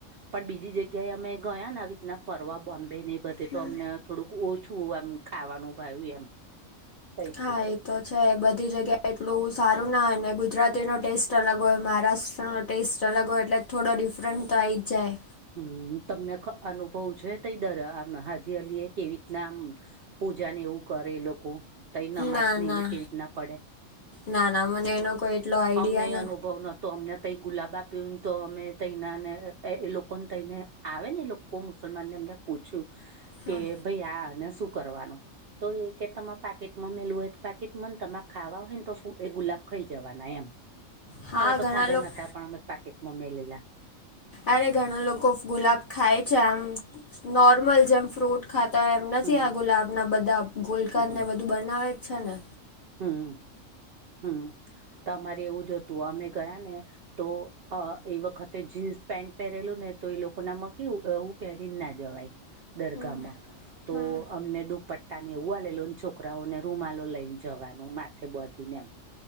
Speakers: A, on the right (about 60°); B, on the left (about 40°).
A: પણ બીજી જગ્યાએ અમે ગયા ને આવી. ના, ફરવા બોમ્બે ને બધે,
B: હમ
A: તો અમને થોડુંક ઓછું એમ ખાવાનું ભાવે એમ. તઈથી
B: હા, એ તો છે. બધી જગ્યા એટલું સારું ના ગુજરાતીનો ટેસ્ટ અલગ હોય, મહારાષ્ટ્રનો ટેસ્ટ અલગ હોય, એટલે થોડો ડિફરન્ટ તો આવી જ જાય.
A: હમ તમને અનુભવ છે, તે દરગાહ આમ હાજીઅલી એ કેવી રીતના આમ પૂજા ને એવું કરે એ લોકો, તો એઓ નમાજ
B: ના
A: ને
B: ના
A: એવું કેવી રીતના પડે?
B: ના ના, મને એનો કોઈ. એટલો આઈડિયા
A: અમને અનુભવ નથી. તો અમને તઈ ગુલાબા પી ને, તો અમે તઈ ના ને, એ લોકોને તઈને આવે ને લોકો. કોક મુસલમાન ને એમને પૂછ્યું
B: હા
A: કે, ભાઈ આને શું કરવાનું? તો એ કે, તમારે પાકેટમાં મેલું હોય તો પાકેટમાં, ને તમારે ખાવા હોય ને, તો એ ગુલાબ ખાઈ જ. જવાના એમ.
B: હા
A: હમે તો
B: ઘણા
A: ખાધા
B: લોકો
A: નતા, પણ અમે પાકેટમાં મેલેલા.
B: અરે ઘણા લોકો ગુલાબ ખાય છે, આમ નોર્મલ જેમ ફ્રૂટ ખાતા એમ નથી,
A: હમ
B: આ ગુલાબના બધા ગોલક
A: હમ
B: ને બધું બનાવે જ છે ને.
A: હમ, હમ, તમારે એવું જોતું, અમે ગયા ને તો. અ એ વખતે જીન્સ પેન્ટ પહેરેલું ને, તો એ લોકો, ના, માં કેવું પહેરીને ના જવાય. દરગાહમાં
B: હમ
A: તો
B: હમ
A: અમને દુપટ્ટા ને એવું, લે લો ને, છોકરાઓને રૂમાલો લઈને. જવાનું માથે, બધીને એમ,